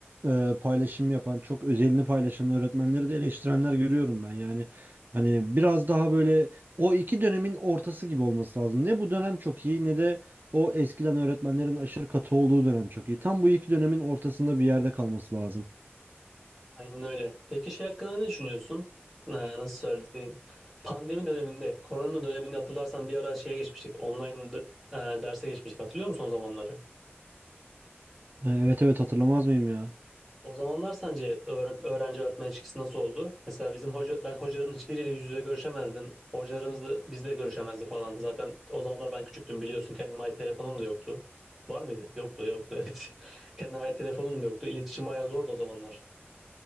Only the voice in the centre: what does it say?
Aynen öyle. Peki şey hakkında ne düşünüyorsun? Ha, nasıl söyleyeyim? Pandemi döneminde, korona döneminde hatırlarsan bir ara şeye geçmiştik. Online d- e, derse geçmiştik. Hatırlıyor musun o zamanları?
O zamanlar sence öğre- öğrenci öğretmen ilişkisi nasıl oldu? Mesela bizim hoca ben hocaların hiçbiriyle yüz yüze görüşemezdim. Hocalarımız da bizle görüşemezdi falan. Zaten o zamanlar ben küçüktüm biliyorsun. Kendime ait telefonum da yoktu. Var mıydı? Yoktu, yoktu <laughs> evet. Kendime ait telefonum da yoktu. İletişim bayağı zordu o zamanlar.